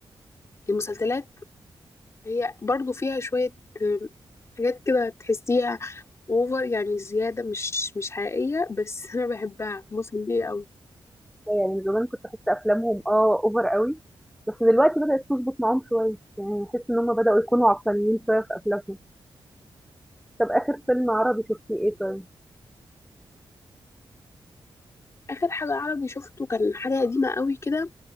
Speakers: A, on the left; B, in the centre.
A: المسلسلات هي برضو فيها شوية آم، حاجات كده تحسيها اوفر يعني زيادة مش مش حقيقية بس <laughs> انا بحبها مسلية قوي
B: شوية، يعني زمان كنت باحس أفلامهم آه over أوي، بس دلوقتي بدأت تضبط معاهم شوية، يعني باحس إن هم بدأوا يكونوا عقلانيين شوية في أفلامهم. طَب آخر فيلم عربي شُفتيه إيه طيب؟
A: اخر حاجة عربي شفته كان حاجة قديمة قوي كده